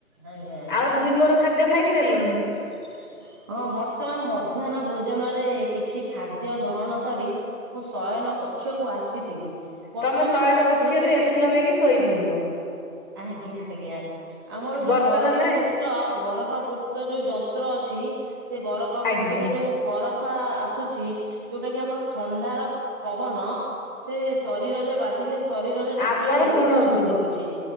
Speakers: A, on the right (about 15°); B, on the left (about 35°).
A: ଆଜ୍ଞା
B: ଆଉ ଦୁଇ ପଅର ଖାଦ୍ୟ ଖାଇସାଇଲୁଣି?
A: ହ ହଁ ବର୍ତ୍ତମାନ ମଧ୍ୟାହ୍ନ ଭୋଜନରେ କିଛି ଖାଦ୍ୟ ଗ୍ରହଣ କରି ମୁଁ ଶୟନ କକ୍ଷକୁ ଆସିଥିଲି। ବର୍ତ୍ତମାନ
B: ତମେ ଶୟନ
A: ମୋର
B: କକ୍ଷରୁ
A: ଯେହେତୁ
B: ଏ ସିି ଲଗେଇକି ଶୋଇ ପଡ଼ିବ।
A: ଆଜ୍ଞା ଆଜ୍ଞା ଆମର ଯୋଉ
B: ବର୍ତ୍ତମାନେ
A: ବରଫାକୁର୍ତ୍ତ ବରଫାକୁର୍ତ୍ତ ଯୋଉ ଉ ଯନ୍ତ୍ର ଅଛି ସେ ବରପାକୁର୍ତରୁ
B: ଆଜ୍ଞା
A: ଓଉ ବରଫା ଆସୁଛି ଯୋଉଟା କି ଆମର ଥଣ୍ଡାର ପବନ। ସେ ଶରୀରରେ ବାଜିଲେ ଶରୀରରେ ଟିକେ
B: ଆପଣ
A: ରୋଗ
B: ଶୁଣନ୍ତୁ
A: ସୃଷ୍ଟି କରୁଚି।